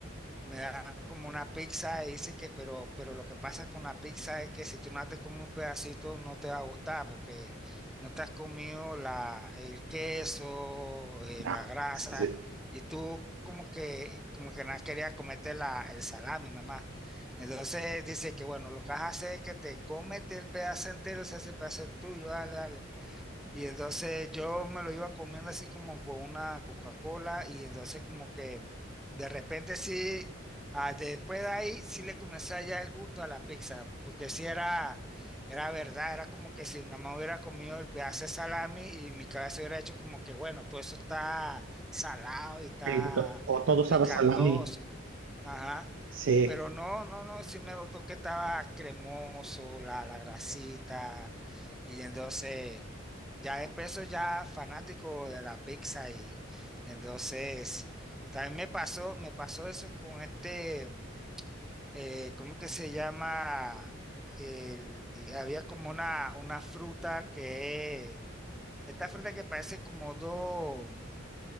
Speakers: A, in the centre; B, on the right.
A: Me dan como una pizza y dice que, pero, pero lo que pasa con la pizza es que si tú no te comes un pedacito no te va a gustar porque no te has comido la, el queso, eh,
B: Ah,
A: la grasa
B: sí.
A: y tú como que, como que no querías comerte la, el salami mamá Entonces dice que bueno, lo que vas a hacer es que te comete el pedazo entero, si ese pedazo es tuyo, dale, dale. Y entonces yo me lo iba comiendo así como con una Coca-Cola y entonces como que de repente sí, ah, después de ahí sí le comencé a hallar el gusto a la pizza, porque sí era, era verdad, era como que si nada más hubiera comido el pedazo de salami y mi cabeza hubiera hecho como que bueno, todo eso está salado y está
B: Sí, to- o todo sabe
A: picantoso,
B: a salami.
A: ajá,
B: Sí.
A: pero no, no, no, sí me gustó que estaba cremoso, la, la grasita y entonces... Ya después soy ya fanático de la pizza y entonces también me pasó, me pasó eso con este, mm, eh, ¿cómo que se llama? El- eh, había como una, una fruta que, esta fruta que parece como dos,